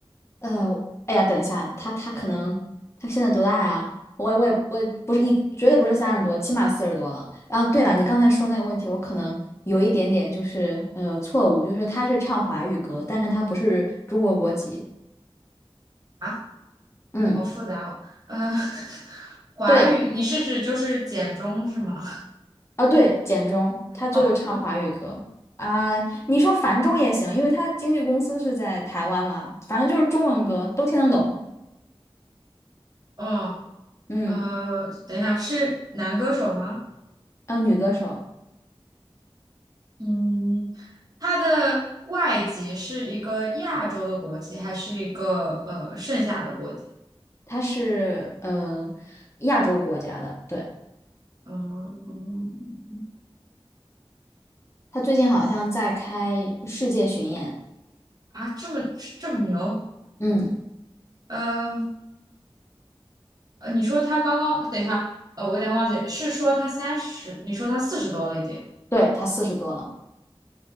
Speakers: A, on the left (about 30°); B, on the right (about 40°).
A: 呃，哎呀，等一下，他他可能他现在多大呀？我也我也我也不是一，绝对不是三十多，起码四十多了。啊，对了，你刚才说那个问题，我可能有一点点就是呃错误，就是他是唱华语歌，但是他不是中国国籍。
B: 啊？
A: 嗯，
B: 好复杂哦。呃，<laughs> 华语，
A: 对，
B: 你是指就是简中是吗？
A: 啊对，简中他就是唱华语歌啊。
B: <laughs> 哦，
A: 你说繁中也行，因为他的经纪公司是在台湾嘛，反正就是中文歌都听得懂。
B: 嗯，
A: 嗯，
B: 呃，等一下，是男歌手吗？
A: 呃，女歌手，
B: 嗯，他的外籍是一个亚洲的国籍，还是一个呃剩下的国籍？
A: 她是呃亚洲国家的，对。
B: 嗯，
A: 他最近好像在开世界巡演，
B: 这么这么牛？
A: 嗯，
B: 呃，呃你说他刚刚，等一下，呃，我有点忘记了是说他三十，你说他四十多了一点？
A: 对，他四十多了，